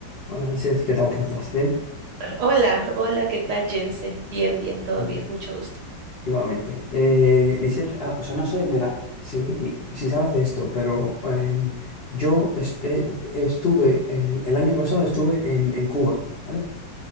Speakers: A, on the left (about 65°); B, on the right (about 70°).
A: Hola, Lizeth, ¿qué tal? ¿Cómo estás? ¿Bien?
B: Hola, hola, ¿qué tal, Jense? Bien, bien, todo
A: Muy
B: bien,
A: bien.
B: mucho gusto.
A: Igualmente. Eh, Lizeth, ah, o sea, no sé, mira, si, si sabes de esto, pero em, yo est- eh, estuve, el, el año pasado estuve en, en Cuba, ¿vale?